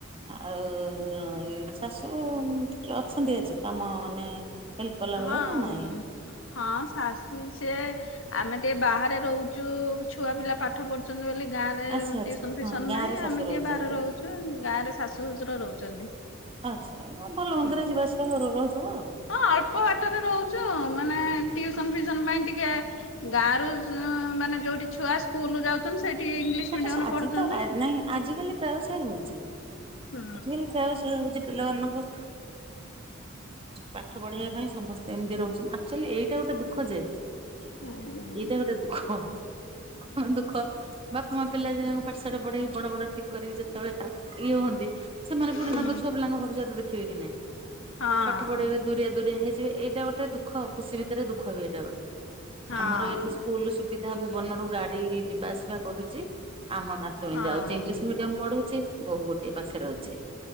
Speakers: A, on the right; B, on the left.
A: ଆଉ ଶାଶୁ ଟିକେ ଅଛନ୍ତି ଆଜି କାମ ମାନେ ହେଲ୍ପ କଲା
B: ହଁ
A: ଭଳିଆ ନା ନାହିଁ।
B: ହଁ ଶାଶୁ ସିଏ ଆମେ ଟିକେ ବାହାରେ ରହୁଛୁ ଛୁଆ ପିଲା ପାଠ ପଢୁ ବୋଲି ଗାଁରେ
A: ଆଚ୍ଛା ଆଚ୍ଛା
B: ଟିଉସନ ଫିଉସନ
A: ହଁ ଗାଁ
B: ନାହିଁ
A: ରେ ଶାଶୁ
B: ଆମେ
A: ରହୁଛନ୍ତି
B: ଟିକେ ବାହରେ ରହୁଛୁ ଗାଁରେ ଶାଶୁ ଶ୍ୱଶୁର ରହୁଛନ୍ତି।
A: ଆଚ୍ଛା ଆ ଭଲ ମନ୍ଦରେ
B: ହୁଁ
A: ଯିବା ଆସିବା ରୋଗ ହଉଥିବ ଆଉ।
B: ହଁ ଅଳ୍ପ ବାଟରେ ରହୁଛୁ ମାନେ ଟ୍ୟୁସନ ଫିସନ ପାଇଁ ଟିକେ ଗାଁରୁ ମାନେ ଯୋଉଠି ଛୁଆ ସ୍କୁଲ ଯାଉଛନ୍ତି ସେଇଠି ଇଂଲିଶ
A: ଆଚ୍ଛା
B: ମିଡିୟମ
A: ସେ
B: ରେ
A: ଆଜି
B: ପଢୁଛନ୍ତି।
A: ତ ନାଇଁ ଆଜିକାଲି ପ୍ରାୟ ସେଇ ହଉଛି
B: ହୁଁ
A: ଆଜିକାଲି ପ୍ରାୟସ ହଉଛି ପିଲାମାନଙ୍କୁ ପାଠ ପଢେଇବା ପାଇଁ ସମସ୍ତେ ଏମିତି ରହୁଛନ୍ତି ଆଚୁଆଲି ଏଇଟା ଗୋଟେ ଦୁଃଖ ଯେ
B: ହୁଁ।
A: ଏଇଟା ଗୋଟେ ଦୁଃଖ କଣ ଦୁଃଖ। ବାପା ମା ପିଲା ଦଙ୍କୁ ପାଠଶାଢେ ପଢେଇକି ବଡ ବଡ ଠିକ କରିକି ଯେତେବେଳେ ଇଏ ହୁଅନ୍ତି। ସେମାନେ
B: ହୁଁ
A: ପୁଣି ତାଙ୍କ ଛୁଆ ପିଲାଙ୍କ ଭବିଷ୍ୟତ ଦେଖିବେ କି ନାଇଁ।
B: ହଁ
A: ପାଠ ପଢେଇବେ ଦୁରିଆ ଦୁରିଆ ହେଇଯିବେ ଏଇଟା ଗୋଟେ ଦୁଃଖ ଖୁସି ଭିତରେ ଦୁଃଖ ବି ଏଇଟା ଗୋଟେ।
B: ହଁ
A: ଆମର ଏଇଠି ସ୍କୁଲ ସୁବିଧା ଭବନରୁୁ ଗାଡି ଯିବା ଆସିବା କରୁଛି। ଆମ ନାତୁଣି
B: ହଁ
A: ଯାଉଛି ଇଂଲିଶ ମିଡିୟମ। ପଢୁଛି ବହୁ ଗୋଟିଏ ପାଖରେ ଅଛି